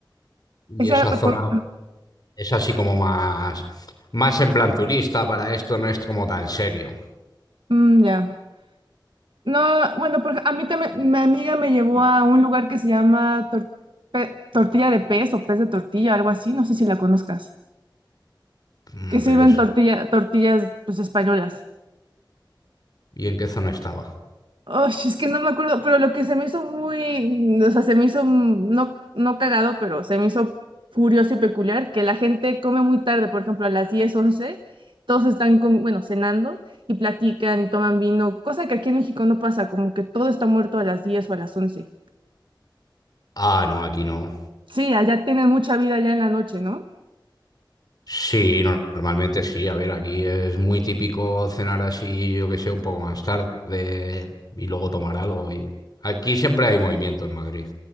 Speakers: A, on the left (about 55°); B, on the right (about 80°).
A: y
B: Esa,
A: esa
B: por-
A: zona es así como más, más en plan turista, para esto no es como tan serio.
B: mm, ya. No, bueno, por a mí también, mi amiga me llevó a un lugar que se llama tor- pe- tortilla de pez o pez de tortilla, algo así, no sé si la conozcas,
A: Mm,
B: que sirven
A: Pero eso,
B: tortilla, tortillas pues españolas.
A: ¿y en qué zona estaba?
B: Oh, es que no me acuerdo, pero lo que se me hizo muy, o sea, se me hizo mm, no, no cagado, pero se me hizo curioso y peculiar que la gente come muy tarde, por ejemplo, a las 10, 11, todos están, com- bueno, cenando y platican y toman vino, cosa que aquí en México no pasa, como que todo está muerto a las 10 o a las 11.
A: Ah, no, aquí no.
B: Sí, allá tienen mucha vida ya en la noche, ¿no?
A: Sí, no- normalmente sí. A ver, aquí es muy típico cenar así, yo que sé, un poco más tarde y luego tomar algo. Y... Aquí siempre hay movimiento en Madrid.